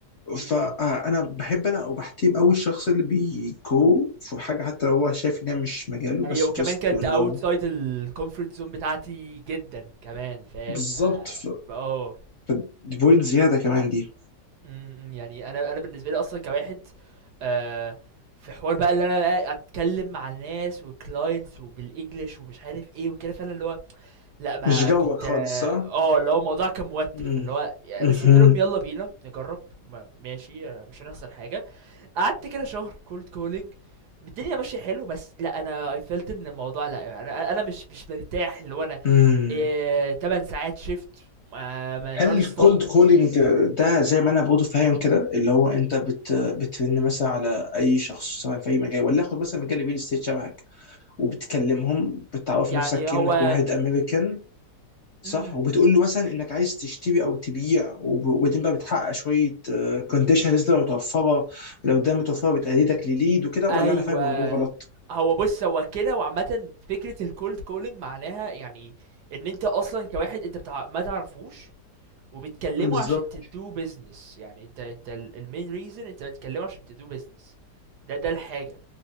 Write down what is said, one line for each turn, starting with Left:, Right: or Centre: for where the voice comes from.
Right: امم
Left: فانا بحب انا وبحترم قوي الشخص اللي بيجو في حاجه حتى لو هو شايف انها مش مجاله
Right: ايوه
Left: بس
Right: وكمان
Left: just
Right: كانت
Left: to
Right: اوت
Left: know
Right: سايد الكومفورت زون بتاعتي جدا كمان فاهم
Left: بالظبط
Right: ف
Left: ف-
Right: اه
Left: ف- دي بوينت زياده كمان دي
Right: إمم، إمم، يعني أنا أنا بالنسبة لي أصلًا كواحد آآ، في حوار بقى اللي أنا بقى أتكلم مع ناس وclients وبالEnglish ومش عارف إيه وكده، فأنا اللي هو لأ ما
Left: مش جوك
Right: كنت
Left: خالص
Right: آه،
Left: صح؟
Right: آه، اللي هو الموضوع كان موتّر،
Left: مم.
Right: فاللي هو ي
Left: مهم.
Right: بس قُلت لهم يالّا بينا نجرّب ما ماشي آه، مش هنخسر حاجة، قعدت كده شهر cold calling الدنيا ماشية حلو، بس لأ أنا I felt إن الموضوع لأ أنا أنا مش مش مرتاح، اللي هو أنا
Left: مم.
Right: آآ، 8 ساعات shift ما ما
Left: هل
Right: non
Left: الكولد
Right: stop
Left: كولينج ده زي ما انا برضه فاهم كده اللي هو انت بت بترن مثلا على اي شخص سواء في اي مجال ولا اخد مثلا مجال الريل استيت شبهك وبتكلمهم بتعرف
Right: يعني
Left: نفسك كانك
Right: هو
Left: واحد امريكان صح
Right: امم
Left: وبتقول له مثلا انك عايز تشتري او تبيع وب- وبعدين بقى بتحقق شويه كونديشنز تبقى متوفره ولو ده متوفره بتأيدك لليد وكده
Right: ايوه
Left: ولا انا فاهم الموضوع غلط
Right: هو بص هو كده وعامة فكرة الكولد كولينج معناها يعني ان انت اصلا كواحد انت بتاع ما تعرفوش وبتكلمه
Left: بالظبط
Right: عشان تدوه بيزنس يعني انت انت المين ريزن انت بتكلمه عشان تدوه بيزنس ده ده الحاجه